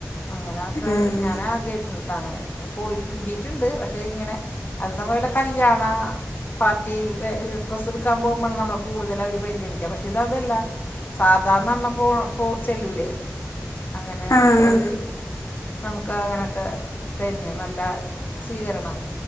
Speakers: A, on the left; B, on the left.
A: അങ്ങനാക്ക
B: ആഹ്
A: ഞാനാദ്യയിട്ട്ട്ടാങ്ങനെ പോയിട്ട് കിട്ട് റ്റ്ണ്ട് പക്ഷേ ഇങ്ങനെ അത് ന പോലെ കല്യാണ പാർട്ടി ട്രസെട്ക്കാൻ പോവ്മ്പഴാ നമ്മള കൂടുതലവര് പരിഗണിക്ക പഷ് ക്ഷിതതല്ല സാധാരണ നമ്മ പോ പോ ചെല്ലൂലേ അങ്ങനെ
B: ആഹ് ആഹ്
A: ഒര് നമുക്ക് അങ്ങനെക്കെ തരുന്നെ നല്ല സ്വീകരണം